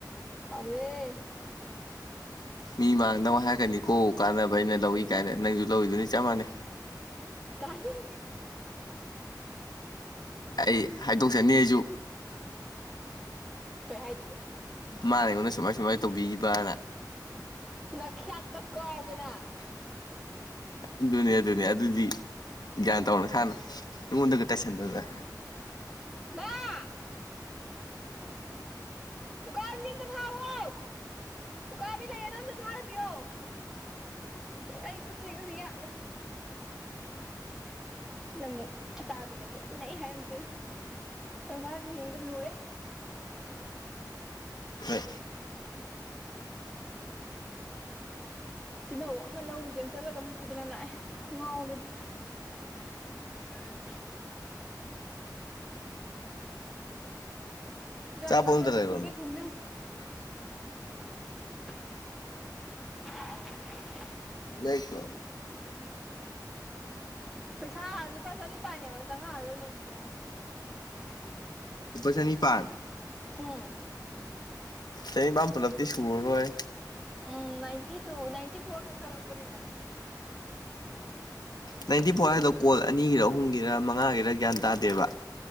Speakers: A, in the centre; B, on the left.
A: ꯐꯥꯎꯔꯦ
B: ꯃꯤ ꯃꯥꯡꯅꯕꯧ ꯍꯥꯏꯔꯛꯅꯤꯀꯣ ꯀꯥꯟꯅꯕ ꯑꯩꯅ ꯂꯧꯏ ꯀꯥꯏꯅ ꯅꯪꯁꯨ ꯂꯧꯔꯤꯗꯨꯅꯤ ꯆꯞ ꯃꯥꯟꯅꯩ
A: ꯇꯥꯅꯤ
B: ꯑꯩ ꯍꯥꯏꯗꯣꯛꯆꯅꯤ ꯑꯩꯁꯨ
A: ꯀꯩ ꯍꯥꯏꯗꯣꯏꯔꯤꯕꯦ
B: ꯃꯥꯅꯦꯉꯣꯟꯗ ꯁꯨꯃꯥꯏ ꯁꯨꯃꯥꯏꯅ ꯇꯧꯕꯤꯈꯤꯕꯅ
A: ꯅꯈꯌꯥꯗꯨꯗ ꯀꯥꯎꯒꯦꯅ
B: <unintelligible> <inaudible> ꯑꯗꯨꯅꯦ ꯑꯗꯨꯅꯦ ꯑꯗꯨꯗꯤ ꯒ꯭ꯌꯥꯟ ꯇꯧꯅ ꯁꯥꯥꯟꯅ ꯑꯩꯉꯣꯟꯗꯒ ꯇꯥꯏꯁꯟꯗꯅ
A: <unintelligible> ꯎ ꯀꯕꯤꯗ ꯐꯥꯎ ꯎꯀꯥꯕꯤ ꯂꯩꯌꯦ ꯑꯗꯨꯝ ꯊꯥꯔꯕꯤꯌꯣ ꯑꯩ ꯈꯨꯠꯇꯔꯤ ꯀꯁꯨ ꯌꯥꯂꯦ ꯁꯤꯅ ꯑꯃꯨꯛ ꯑꯇꯥꯕꯤꯗ ꯀꯦ ꯁꯤꯅ ꯑꯩ ꯍꯥꯏꯔꯝꯗꯣꯏꯅꯦ ꯁꯪꯁꯥꯥꯁꯦ ꯍꯤꯡꯕꯗ ꯂꯨꯔꯦ
B: ꯍꯣꯏ
A: ꯇꯤꯜꯍꯧ ꯑꯃ ꯂꯧꯔꯨꯒꯦꯅ ꯆꯠꯂꯒ ꯑꯃꯨꯛ ꯄꯨꯗꯅ ꯂꯥꯛꯑꯦ ꯉꯥꯎꯔꯦꯗꯤ <unintelligible> ꯌꯥꯥꯡ
B: ꯑꯆꯥꯄꯣꯠ
A: ꯊꯥꯄꯣꯏꯕꯨ
B: ꯑꯝꯇ ꯂꯩꯔꯣꯏ
A: ꯊꯨꯡꯒꯦ
B: ꯃꯥ
A: ꯊꯨꯡꯖꯪ
B: <unintelligible>
A: <unintelligible>
B: ꯂꯩꯁ꯭ꯔꯣ
A: ꯄꯩꯁꯥ ꯂꯨꯄꯥ ꯆꯅꯤꯄꯥꯜꯅꯦ ꯑꯃꯅ ꯆꯪꯉꯛꯑꯔꯣꯏꯅꯦ ꯑꯗꯨꯗꯤ
B: ꯎꯄꯥꯁꯅꯤ ꯄꯥꯟ
A: ꯎꯝ
B: ꯆꯅꯤꯄꯟ ꯄꯨꯂꯞꯇꯗꯤ ꯁꯨꯔꯔꯣꯏ
A: ꯎꯝ ꯅꯥꯏꯟꯇꯤ ꯇꯨ ꯅꯥꯏꯟꯇꯤ ꯐꯣꯔ ꯈꯛ ꯆꯪꯉꯛꯄꯅꯦꯅ
B: ꯅꯥꯏꯟꯇꯤ ꯐꯣꯔ ꯍꯥꯏꯗ ꯀꯣꯜ ꯑꯅꯤꯒꯤꯔ ꯑꯍꯨꯝꯒꯤꯔ ꯃꯉꯥꯒꯤꯔ ꯒ꯭ꯌꯥꯟ ꯇꯥꯗꯦꯕ